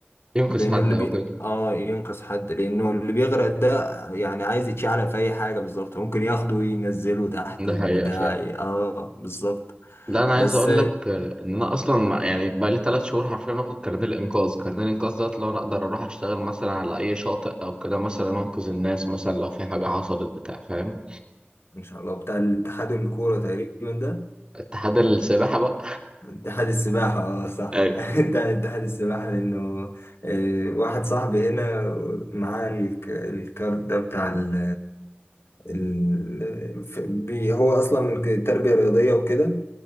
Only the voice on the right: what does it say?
ينقذ
حد
او
كده
ده
حقيقة فعلا
لا انا عايز
اقول لك آه، ان انا اصلا مع- يعني بقى لي ثلاث شهور حرفيا واخد كارنيه الانقاذ كارنيه الانقاذ دوت لو انا اقدر اروح اشتغل مثلا على اي شاطئ او كده مثلا انقذ الناس مثلا لو في حاجه حصلت بتاع فاهم
اتحاد السباحه بقى
ايوه